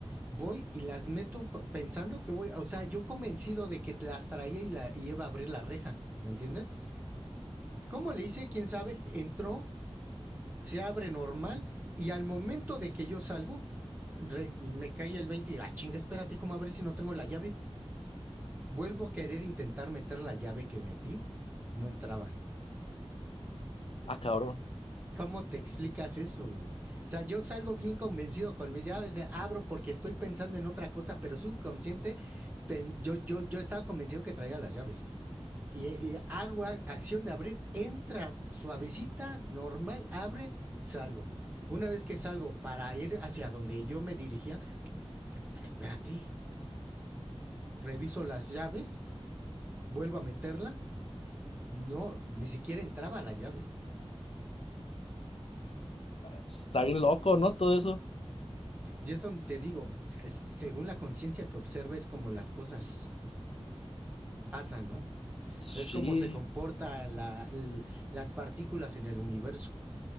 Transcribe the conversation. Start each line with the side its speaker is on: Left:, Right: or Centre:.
Right: voy y las meto p- pensando que voy. O sea, yo convencido de que las traía y, la, y iba a abrir la reja. ¿Me entiendes? ¿Cómo le hice? ¿Quién sabe? Entró se abre normal y al momento de que yo salgo, re- me cae el 20 y digo, ah, chinga, espérate, ¿cómo abrir si no tengo la llave? Vuelvo a querer intentar meter la llave que metí, no entraba.
Left: Ah, cabrón,
Right: ¿Cómo te explicas eso, güey? O sea, yo salgo bien convencido con mis llaves, abro porque estoy pensando en otra cosa, pero subconsciente, pen- yo, yo, yo estaba convencido que traía las llaves. Y, y hago acción de abrir, entra suavecita, normal, abre, salgo. Una vez que salgo para ir hacia donde yo me dirigía, "Ah, espérate, reviso las llaves, vuelvo a meterla. No, ni siquiera entraba la llave.
Left: está bien loco, ¿no? Todo eso.
Right: Y es donde te digo, según la conciencia que observes, como las cosas pasan, ¿no?
Left: Sí,
Right: Es como se comporta la- l- las partículas en el universo.